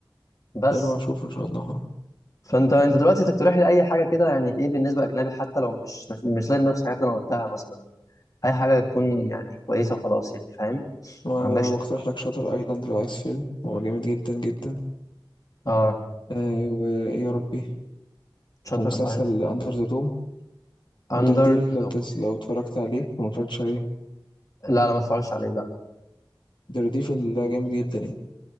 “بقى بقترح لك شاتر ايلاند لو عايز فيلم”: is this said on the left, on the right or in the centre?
Left